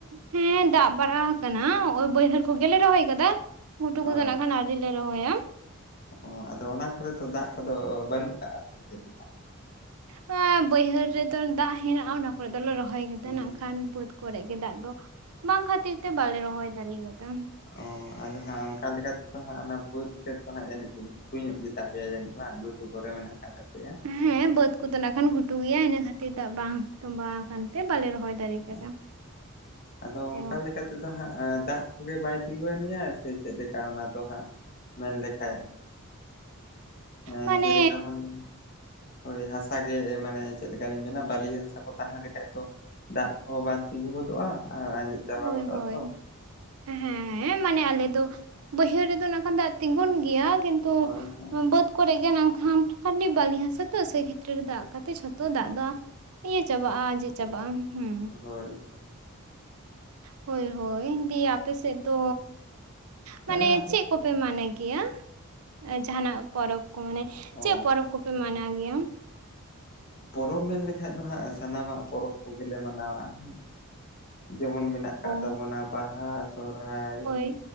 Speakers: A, on the right; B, on the left.
A: ᱦᱮᱸ ᱫᱟᱜ ᱵᱟᱲᱟ ᱟᱠᱟᱱᱟ᱾ ᱳᱭ ᱵᱟᱹᱭᱦᱟᱹᱲ ᱠᱚᱜᱮᱞᱮ ᱨᱚᱦᱚᱭ ᱟᱠᱟᱫᱟ, ᱜᱷᱩᱴᱩ
B: ᱦᱳᱭ
A: ᱠᱚᱫᱚ ᱱᱟᱜ ᱠᱷᱟᱱ ᱟ. ᱣᱨᱤ ᱞᱮ ᱨᱚᱦᱚᱭᱟ᱾
B: ᱚ ᱟᱫᱚ ᱚᱱᱟ ᱠᱚᱨᱮ ᱫᱚ ᱫᱟᱜ ᱠᱚᱫᱚ ᱵᱟᱹᱱᱩᱜ ᱠᱟᱜ-ᱟ? ᱚᱱᱛᱮ ᱫᱚ ᱠᱷᱟᱡ
A: ᱵᱟᱝ ᱵᱟᱹᱭᱦᱟᱹᱲ ᱨᱮᱫᱚ ᱫᱟᱜ ᱦᱮᱱᱟᱜᱼᱟ ᱚᱱᱟ ᱠᱚᱨᱮ ᱫᱚᱞᱮ ᱨᱚᱦᱚᱭ ᱠᱟᱫᱟ
B: ᱦᱩᱸ
A: ᱱᱟᱜᱠᱷᱟᱱ ᱵᱟᱹᱫᱽ ᱠᱚᱨᱮᱜ ᱜᱮ ᱫᱟᱜ ᱫᱚ᱾ ᱵᱟᱝ ᱠᱷᱟᱹᱛᱤᱨ ᱛᱮ ᱵᱟᱞᱮ ᱨᱚᱦᱚᱭ ᱫᱟᱲᱮᱭ ᱠᱟᱫᱟ᱾
B: ᱚ ᱟᱫᱚ ᱦᱟᱸᱜ ᱚᱱᱠᱟ ᱞᱮᱠᱟ ᱛᱮᱫᱚ ᱦᱟᱸᱜ ᱚᱱᱟ ᱵᱟᱹᱫᱽ ᱠᱷᱮᱛ ᱫᱚ ᱦᱟᱸᱜ ᱡᱟᱹᱱᱤᱡ ᱜᱩᱴᱩ ᱧᱚᱜ ᱜᱮ ᱛᱟᱯᱮᱭᱟ ᱡᱟᱹᱱᱤᱡ ᱰᱟᱝ ᱜᱷᱚᱴᱩ ᱠᱚᱨᱮ ᱢᱮᱱᱟᱜ ᱟᱠᱟᱫ ᱛᱟᱯᱮᱭᱟ᱾
A: ᱦᱮᱸ ᱵᱟᱹᱫ ᱠᱚᱫᱚ ᱱᱟᱜ ᱠᱷᱟᱱ ᱜᱷᱩᱴᱩ ᱜᱮᱭᱟ, ᱤᱱᱟᱹ ᱠᱷᱟᱹᱛᱤᱨ ᱫᱟᱜ ᱵᱟᱝ ᱛᱚᱸᱵᱟ ᱟᱠᱟᱱ ᱛᱮ ᱵᱟᱞᱮ ᱨᱚᱦᱚᱭ ᱫᱟᱲᱮ ᱠᱟᱫᱟ
B: ᱚ ᱟᱫᱚ ᱚᱱᱠᱟ
A: ᱚ
B: ᱞᱮᱠᱟ ᱛᱮᱫᱚ ᱦᱟᱸᱜ ᱮ ᱫᱟᱜ ᱠᱚᱜᱮ ᱵᱟᱭ ᱛᱤᱸᱜᱩᱣᱟᱱᱤᱡᱼᱟ ᱥᱮ ᱪᱮᱫ ᱞᱮᱠᱟ ᱚᱱᱟ ᱫᱚ ᱦᱟᱸᱜ ᱢᱮᱱᱞᱮᱠᱷᱟᱡ? ᱦᱮᱸ
A: ᱢᱟᱱᱮ
B: ᱡᱮ ᱞᱮᱠᱟᱵᱚᱱ ᱦᱳᱭ ᱦᱟᱥᱟ ᱜᱮ ᱢᱟᱱᱮ ᱪᱮᱫ ᱞᱮᱠᱟᱞᱤᱧ ᱢᱮᱱᱟ ᱵᱟᱹᱞᱤ ᱦᱟᱥᱟ ᱠᱚ ᱛᱟᱦᱮᱸ ᱞᱮᱠᱟᱱᱡ ᱛᱚ ᱫᱟᱜ ᱠᱚᱦᱚᱸ ᱵᱟᱝ ᱛᱤᱸᱜᱩ ᱜᱚᱫᱚᱜᱼᱟ ᱟᱨ ᱟᱸᱡᱮᱫ ᱪᱟᱵᱟ
A: ᱦᱳᱭ
B: ᱜᱚᱫᱚᱜᱼᱟ
A: ᱦᱳᱭ᱾
B: ᱛᱚ
A: ᱦᱮᱸ ᱦᱮᱸ ᱢᱟᱱᱮ ᱟᱞᱮ ᱫᱚ ᱵᱟᱹᱭᱦᱟᱹᱲ ᱨᱮᱫᱚ ᱱᱟᱜᱠᱷᱟᱱ ᱫᱟᱜ ᱛᱤᱸᱜᱩᱱ ᱜᱮᱭᱟ ᱠᱤᱱ ᱛᱩ
B: ᱦᱳᱭ
A: ᱵᱟᱹᱫᱽ ᱠᱚᱨᱮᱜ ᱜᱮ ᱱᱟᱜᱠᱷᱟᱱ ᱟᱹᱰᱤ ᱵᱟᱹᱞᱤ ᱦᱟᱥᱟ ᱛᱚ ᱥᱮ ᱨᱮᱜᱮ ᱫᱟᱜ ᱠᱟᱛᱮᱜ ᱡᱷᱚᱛᱚ ᱫᱟᱜ
B: ᱦᱳᱭ
A: ᱫᱚ ᱟ ᱤᱭᱟᱹ ᱪᱟᱵᱟᱜᱼᱟ ᱟᱸᱡᱮᱫ ᱪᱟᱵᱟᱜᱼᱟ ᱦᱮᱸ᱾
B: ᱦᱳᱭ ᱛᱚ᱾
A: ᱦᱳᱭ ᱦᱳᱭ ᱫᱤᱭᱮ ᱟᱯᱮ ᱥᱮᱫ ᱫᱚ ᱢᱟᱱᱮ
B: ᱦᱮᱸ ᱟᱫᱚ
A: ᱪᱮᱫ ᱠᱚᱯᱮ ᱢᱟᱱᱟᱭ ᱜᱮᱭᱟ ᱮ ᱡᱟᱦᱟᱱᱟᱜ ᱯᱚᱨᱚᱵᱽ ᱠᱚ ᱢᱟᱱᱮ ᱪᱮᱫ
B: ᱚ
A: ᱯᱚᱨᱚᱵᱽ ᱠᱚ ᱯᱮ ᱢᱟᱱᱟᱭ ᱜᱮᱭᱟ?
B: ᱯᱚᱨᱚᱵᱽ ᱢᱮᱱ ᱞᱮᱠᱷᱟᱡ ᱫᱚ ᱦᱟᱸᱜ ᱥᱟᱱᱟᱢᱟᱜ ᱯᱚᱨᱚᱵᱽ ᱠᱚᱜᱮᱞᱮ ᱢᱟᱱᱟᱣᱟ ᱦᱩᱸ᱾ ᱡᱮᱢᱚᱱ ᱢᱮᱱᱟᱜ ᱟᱠᱟᱫ
A: ᱚ
B: ᱛᱟᱵᱚᱱᱟ ᱵᱟᱦᱟ ᱥᱚᱨᱦᱟᱭ
A: ᱦᱳᱭ